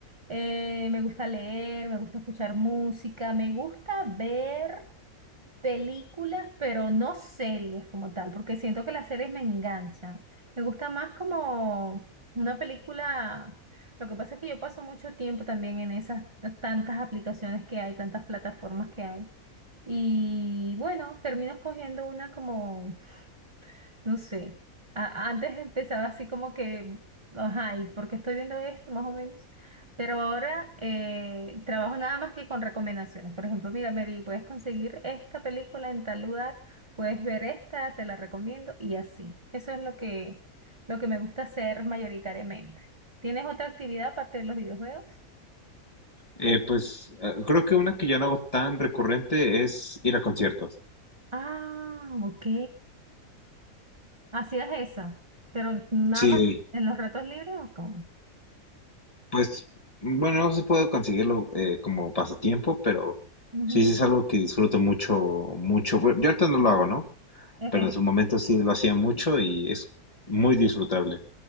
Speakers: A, on the right (about 20°); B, on the left (about 25°).
A: eh, me gusta leer, me gusta escuchar música, me gusta ver. Películas, pero no series como tal, porque siento que las series me enganchan. Me gusta más como una película. Lo que pasa es que yo paso mucho tiempo también en esas tantas aplicaciones que hay, tantas plataformas que hay. Y bueno, termino escogiendo una como no sé. A- antes empezaba así como que, ajá, ¿y por qué estoy viendo esto? Más o menos. Pero ahora eh, trabajo nada más que con recomendaciones. Por ejemplo, mira, Mary, puedes conseguir esta película en tal lugar, puedes ver esta, te la recomiendo y así. Eso es lo que, lo que me gusta hacer mayoritariamente. ¿Tienes otra actividad aparte de los videojuegos?
B: Eh, pues eh, creo que una que yo no hago tan recurrente es ir a conciertos.
A: Ah, ok. Hacías esa, pero nada
B: Sí,
A: más en los ratos libres o cómo?
B: Pues, bueno, no se puede conseguirlo eh, como pasatiempo, pero
A: Ujú,
B: sí, sí es algo que disfruto mucho, mucho. Bueno, yo ahorita no lo hago, ¿no?
A: ok.
B: Pero en su momento sí lo hacía mucho y es muy disfrutable.